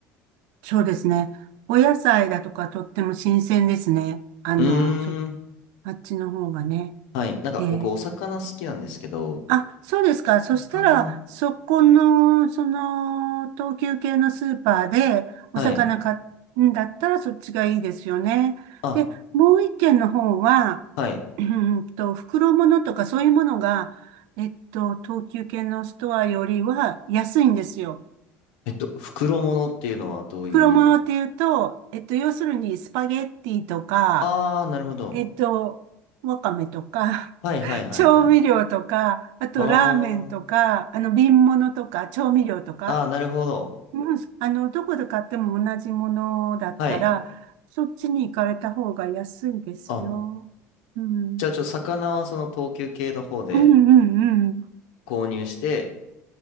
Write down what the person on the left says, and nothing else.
うーん。
はい。なんか僕、
お魚好きなんですけど、
かな。
はい。あ、
はい。
えっと、袋物っていうのはどういう。
ああー、なるほど。
はいはいはいはい。
あ
あ、ああ、なるほど。
はい。
あ、
じゃあちょ、魚はその等級系の方で
購入して、